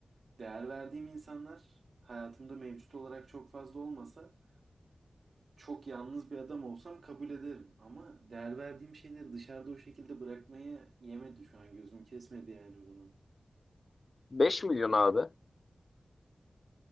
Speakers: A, on the right; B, on the left.
A: değer verdiğim insanlar hayatımda mevcut olarak çok fazla olmasa çok yalnız bir adam olsam kabul ederim. Ama değer verdiğim şeyleri dışarıda o şekilde bırakmayı yemedi şu an gözüm kesmedi yani bunu.
B: beş milyon abi.